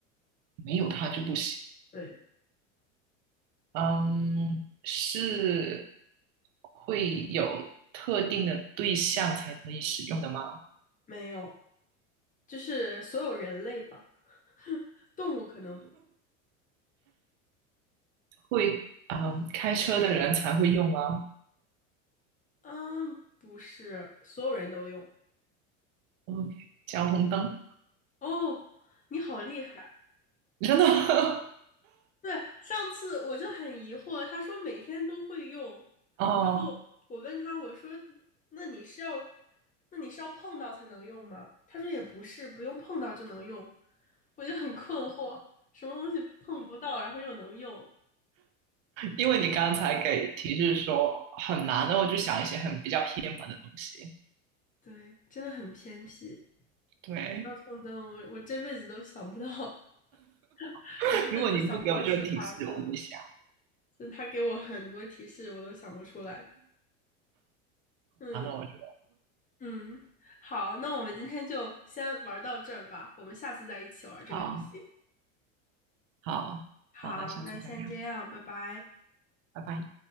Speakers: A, on the right; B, on the left.
A: 没有它就不行，
B: 对，
A: 嗯，是会有特定的对象才可以使用的吗？
B: 没有，就是所有人类吧，<laughs> 动物可能不，
A: 会，嗯，开车的人才会用吗
B: 嗯，不是所有人都用。
A: ？OK，交通灯。
B: 哦，你好厉害。
A: <laughs> 真的，
B: 对，上次我就很疑惑，他说每天都会用，
A: <laughs> 哦，
B: 然后我问他，我说那你是要，那你是要碰到才能用吗？他说也不是，不用碰到就能用，我就很困惑，什么东西碰不到，然后又能用？
A: 因为你刚才给提示说很难，然后我就想一些很比较偏门的东西。
B: 对，真的很偏僻。
A: 对，
B: 交通灯，我我这辈子都想不到，<laughs>
A: <laughs>
B: 我这辈子都想不到是他，
A: 如果你不给我这个提示，
B: 真的，
A: 我不会想。
B: 就是他给我很多提示，我都想不出来。嗯，
A: 然后我就
B: 嗯，好，那我们今天就先玩到这儿吧，我们下次再一起玩这个游戏。
A: <laughs> 好好好，
B: 好，
A: 那下次再聊，
B: 那先这样，拜拜。
A: 拜拜。